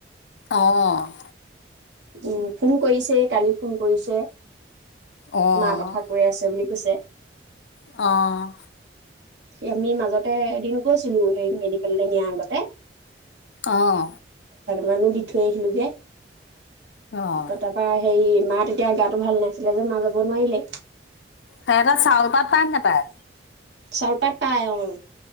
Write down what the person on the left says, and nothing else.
অঁ
অ',
অ',
অঁ
অ',
সে ত চাউল পাত পায় নে নাপায়?